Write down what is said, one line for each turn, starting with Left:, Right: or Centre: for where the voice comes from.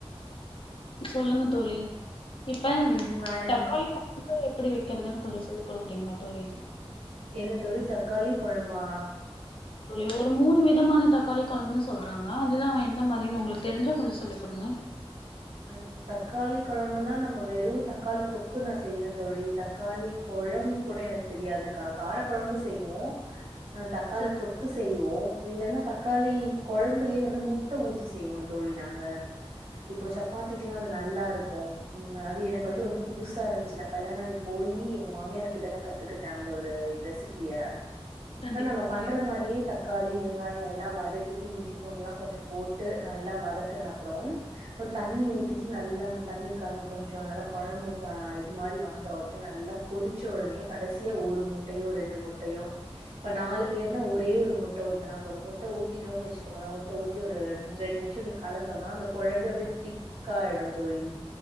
Left: சொல்லுங்க தோழி இப்ப
Right: ம் வேற என்ன?
Left: தக்காளி எப்டி வைக்கிறதுன்னு கொஞ்சம் சொல்லி் கொடுக்குறீங்களா தோழி
Right: என்ன தோழி தக்காளி குழம்பா
Left: சொல்லி ஒரு மூணு விதமான தக்காளி குழம்புன்னு சொல்றாங்க அதுதான் எந்த மாதிரனு உங்களுக்கு தெரிஞ்சா கொஞ்சம் சொல்லி கொடுங்க
Right: ம் தக்காளிக் குழம்புன்னா நம்ம வெறும் தக்காளி தொக்கு நான் செய்வேன் தோழி தக்காளி குழம்பு கூட எனக்கு தெரியாது கார குழம்பு செய்வோம் தக்காளி
Left: சரி
Right: தொக்கு செய்வோம் இல்லலன்னா தக்காளி குழம்புலயே வந்து முட்ட ஊத்தி செய்வோம் தொழி நாங்க இப்போ சப் சப்பாத்திக்கலாம் அது நல்லா இருக்கும் அது எனக்கு வந்து ரொம்ப புதுசா இருந்துச்சு நான கல்யாணம் ஆகி போய் எங்க மாமியார் கிட்ட தான் கத்துக்கிட்டேன் அந்த ஒரு ரெசிபிய
Left: கண்டிப்பா
Right: இஸ் நம்ம
Left: தோழி
Right: பண்ற மாரியே தக்காளி வெங்காயம் எல்லாம் வதக்கிட் இஞ்சி பூண்டு எல்லாம் கொஞ்சம் போட்டு நல்லா வதக்குன அப்பறம் கொஞ் தண்ணி
Left: ம்
Right: ஊத்திட்டு நல்லா அந்த தண்ணி கண்ணி கொஞ்சம் நல்லா குழம்பு இது மாரி வந்த உடனே நல்லா கொதிச்ச உடனே கடைசியா ஒரு முட்டையோ ரெண்டு முட்டையோ இப்ப நாலு பேர்னா ஒரே ஒரு முட்ட ஊத்தினா போறும் முட்ட ஊத்திட்டோன்னு வச்சுக்கோங்களாம் ஊத்தி ஒரு ரெண்டு நிமிஷம் இப்படி கலந்தோம்னா அந்த குழம்பு அப்டியே திக்காயிடும் தோழி